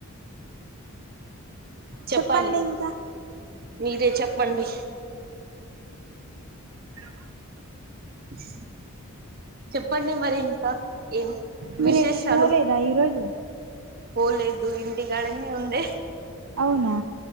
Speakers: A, on the right; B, on the right.
A: చెప్పాలి
B: చెప్పండి ఇంకా
A: మీరే చెప్పండి
B: హబ
A: <unintelligible> మరి ఇంకా ఏం
B: మీరు
A: విశేషాలు
B: ఎటు పోలేదా ఈరోజు?
A: పోలేదు ఇంటికాడన్న ఉంది
B: అవునా